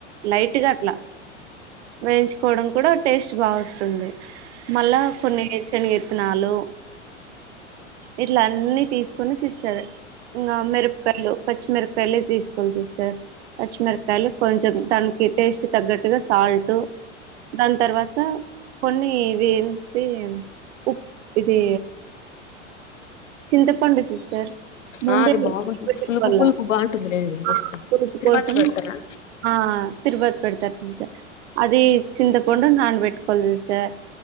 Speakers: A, on the right; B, on the left.
A: లైట్గా అట్లా వేయించుకోవడం కూడా టేస్ట్ బాగా వస్తుంది మళ్ళా కొన్ని శని విత్తనాలు ఇట్ల అన్ని తీసుకోని సిస్టర్ ఇంకా మిరపకాయలు పచ్చిమిరపయలు తీసుకోవాలి సిస్టర్ పచ్చిమిరకాయలు కొంచెం దానికి టేస్ట్ తగ్గట్టుగా సాల్ట్ దాని తర్వాత కొన్నివింటి ఉ ఇది చింతపండు సిస్టర్ ముందే
B: ఆ అది బాగుంటుంది
A: పెట్టుకోవాల
B: పులుపు పులుపు బాగుంటుంది రండి వస్తే
A: ఆ పులుపు
B: తిరువాతి
A: కోసం
B: పెడతారా
A: ఆ తిరుపతి పెడతారు అది చింతపండు నాన్న పెట్టుకోవాలి సిస్టర్